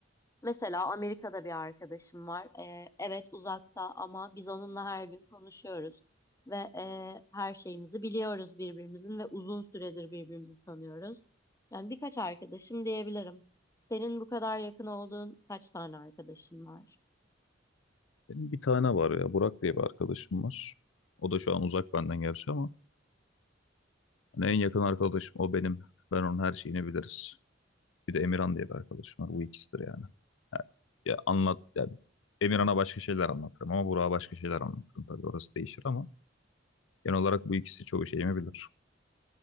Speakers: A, on the left; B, on the left.
A: Mesela Amerika'da bir arkadaşım var. Ee, evet uzakta ama biz onunla her gün konuşuyoruz ve e, her şeyimizi biliyoruz birbirimizin ve uzun süredir birbirimizi tanıyoruz. Yani birkaç arkadaşım diyebilirim. Senin bu kadar yakın olduğun kaç tane arkadaşın var?
B: Benim bir tane var ya Burak diye bir arkadaşım var. O da şu an uzak benden gerçi ama hani en yakın arkadaşım o benim. Ben onun her şeyini biliriz. Bir de Emirhan diye bir arkadaşım var. Bu ikisidir yani. Ha, Ya anlat ya Emirhan'a başka şeyler anlatırım ama Burak'a başka şeyler anlatırım tabii orası değişir ama genel olarak bu ikisi çoğu şeyimi bilir.